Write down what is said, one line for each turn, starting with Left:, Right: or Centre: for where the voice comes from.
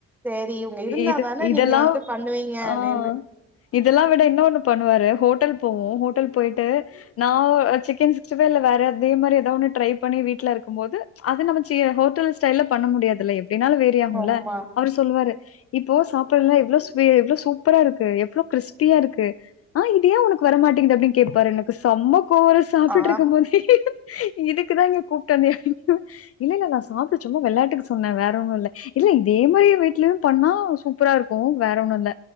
Centre: சேரி இவுங்க இருந்தா
Left: இது
Centre: தான
Left: இதெல்லா
Centre: நீங்க வந்து பண்ணுவீங்க
Left: ஆ
Centre: அப்டின்னு
Left: இதெல்லா விட இன்னொண்ணு பண்ணுவாரு ஹோட்டல் போவோ ஹோட்டல் போய்ட்டு நா ஒ சிக்கன் சிக்ஸ்டி ஃபை இல்ல வேற அதே மாரி எதா ஒன்னு ட்ரை பண்ணி வீட்ல இருக்கும்போது அது நம்ம சே ஹோட்டல் ஸ்டைல்ல பண்ண முடியாதுல்ல எப்டினாலு வேறி ஆகுல
Centre: ஆமா
Left: அவுரு சொல்லுவாரு இப்போ சாப்பறதுலா எவ்ளோ எவ்ளோ சூப்பரா இருக்கு எவ்ளோ க்ரிஸ்பியா இருக்கு ஆ இது ஏ உனக்கு வரமாட்டேங்கிது அப்டின் கேப்பாரு எனக்கு சம்ம கோவ்வரு சாப்டுட்ருக்கும்போது
Centre: ஆ
Left: இதுக்குதா என்னய கூப்ட்டாந்தியா அப்டின்னுவ இல்ல இல்ல நா சாப்டு சும்மா வெளாட்டுக்கு சொன்ன வேற ஒன்னு இல்ல இல்ல இதே மாரி வீட்லயு பண்ணா சூப்பரா இருக்கு வேற ஒன்னு இல்ல